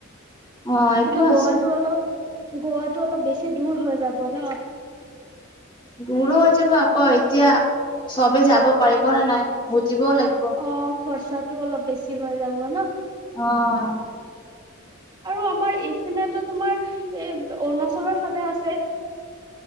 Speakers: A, on the left (about 20°); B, on the right (about 20°).
A: অ এইটো
B: কিন্তু, গোৱাতটো
A: আছে
B: অলপ গোৱাটো অলপ বেছি দূৰ হৈ যাব ন।
A: দূৰো হৈ যাব আকৌ এতিয়া চবে যাব পাৰিবনে নাই বুজিবও লাগিব।
B: অঁ খৰচাতো অলপ বেছি হৈ যাব ন।
A: অঁ'
B: আৰু আমাৰ এইপিনেতো তোমাৰ এ অৰুণাচলৰ ফালে আছে।